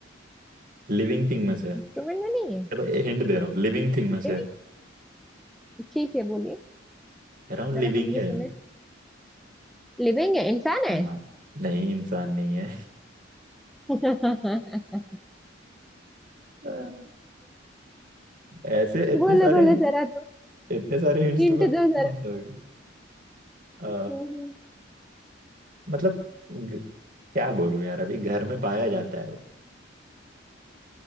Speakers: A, on the right; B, in the centre.
A: लिविंग थिंग में से है।
B: इंस्ट्रूमेंट में नहीं
A: चलो
B: है
A: हिंट दे रहा हूँ लिविंग थिंग में से
B: लिविंग
A: है।
B: ठीक है बोलिए
A: कह रहा हूँ
B: जरा
A: लिविंग
B: हम भी
A: है
B: सुने लिविंग है इंसान
A: हाँ
B: है
A: नहीं इंसान नहीं है
B: <laughs>
A: आ, ऐसे इतने
B: बोलो
A: सारे
B: बोलो जरा दो
A: इतने सारे हिंट्स
B: हिंट
A: दूंगा तो
B: दो
A: पहुंच
B: जरा
A: जाओगे अ,
B: हम्म, हम्म।
A: मतलब ग- क्या बोलूं यार अभी घर में पाया जाता है वो